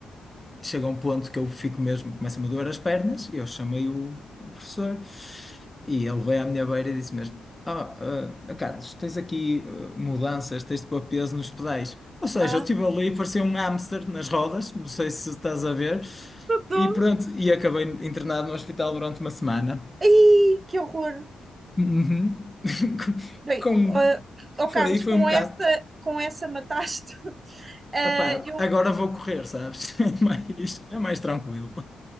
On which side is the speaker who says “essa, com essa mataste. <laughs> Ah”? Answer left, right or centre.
Right